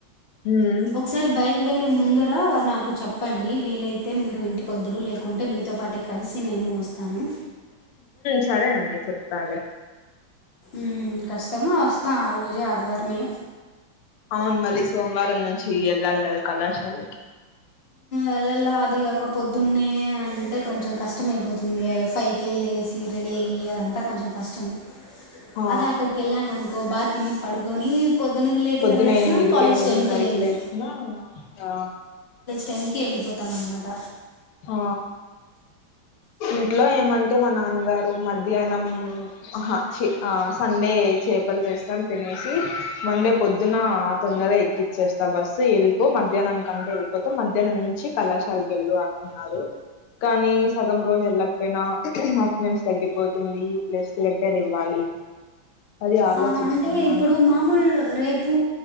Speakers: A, on the left; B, on the left.
A: మ్మ్
B: ఒకసారి బయలుదేరి ముందర నాకు చెప్పండి వీలైతే మీరు ఇంటికి కొద్రు లేకుంటే మీతో పాటే కలిసి నేను వస్తాను
A: సరేనండి చెప్తాలే
B: ఉ కష్టంగా వస్తాం ఆ రోజు ఆదివారమే
A: అవును మళ్ళీ సోమవారం నుంచి వెళ్ళాలి కదా కళాశాలకి
B: వెళ్లాల అదిగాక పొద్దున్న అంటే కొంచెం కష్టమయిపోతుంది ఫైవ్ కే లేసి రెడీ అయ్యి అ అంతా కొంచెం కష్టం
A: ఆ
B: అదే అక్కడికి వెళ్ళామ అనుకో బా తిని పడుకొని పొద్దునకి లేటుగా
A: పొద్దున
B: లేసినా
A: ఎనిమిదికి
B: కాలేజ్
A: ఎనిమిదినరకి
B: టైంకి వెళ్ళి
A: లెసినా ఆ
B: టెన్కి ఎల్లి పోతాం అన్నమాట
A: ఆ ఇంట్లో ఏమంటే మా నాన్నగారు మ మధ్యాహ్నం ఆహా చి ఆ సండే చేపలు చేస్తాం తినేసి మండే పొద్దున అ తొందర ఎక్కి చేేస్తా బస్సు వెళ్ళి మధ్యాహ్నం కంటే వెళ్ళిపోత మధ్యాహ్నం నుంచి కళాశాలకు వెళ్ళు అంటున్నారు కానీ సగం రోజు వెళ్ళకపోయినా అటెండెన్స్ తగ్గిపోతు తుంది ప్లస్ లెటర్ ఇవ్వాలి అది ఆలోచిస్తున్నాను
B: ఆ అంటే ఇప్పుడు మామూలు రేపు